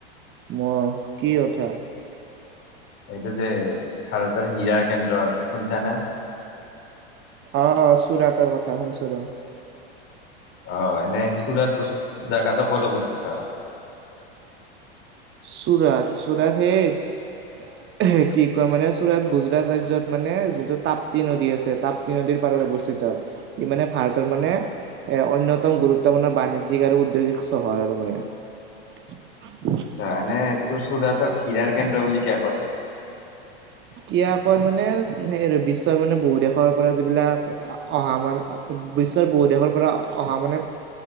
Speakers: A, on the right; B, on the left.
A: মোক, কি কথা?
B: এইটো যে ভাৰতৰ ইয়াৰ কেন্দ্ৰ আছে, শুন চানা।
A: অ', অ', চুৰাতৰ কথা শুনছো ৰ।
B: অ', এনেই চুৰাত জাগাটো ক'ত অৱস্থিত।
A: চুৰাত, চুৰাত হে- কি কয় মানে, চুৰাট গুজৰাট ৰাজ্যত মানে যিটো তাপ্তি নদী আছে। তাপ- তাপ্তিনদীৰ পাৰত অৱস্থিত। ই মানে ভাৰতৰ মানে- এক অণ্যতম গুৰুত্বপূৰ্ণ বাণিজ্যিক আৰু উদ্যোগিক চহৰ আৰু মানে।
B: আচ্ছা, এনে তোৰ চুৰাতক খীৰাৰ কেন্দ্ৰ বুলি কিয় কয়?
A: কিয় কয় মানে, সেই বিশ্বৰ মানে বহু দেশৰ পৰা যিবিলাক অহা মান- বিশ্বৰ বহু দেশৰ পৰা অহা মানে,